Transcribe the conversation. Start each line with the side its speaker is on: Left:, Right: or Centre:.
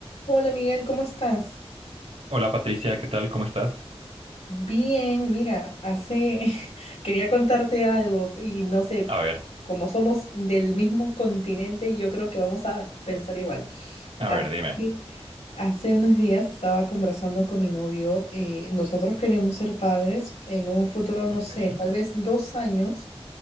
Left: Hola Miguel, ¿cómo estás?
Right: Hola Patricia, ¿qué tal? ¿Cómo estás?
Left: Bien, mira, hace <laughs> quería contarte algo y no sé,
Right: A ver,
Left: como somos del mismo continente, yo creo que vamos a pensar igual.
Right: a
Left: Hace,
Right: ver, dime.
Left: hace unos días estaba conversando con mi novio, eh, nosotros queremos ser padres en un futuro, no
Right: Okay,
Left: sé, tal vez dos años.